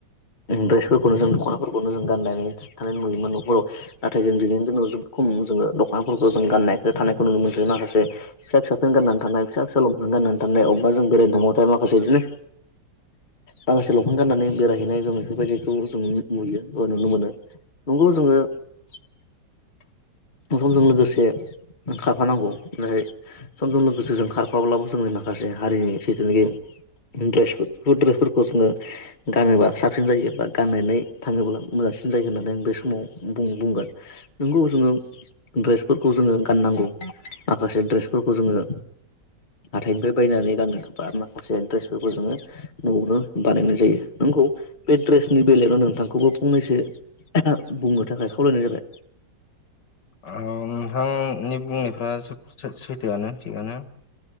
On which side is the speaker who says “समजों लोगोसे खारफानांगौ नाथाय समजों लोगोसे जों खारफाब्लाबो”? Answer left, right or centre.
Left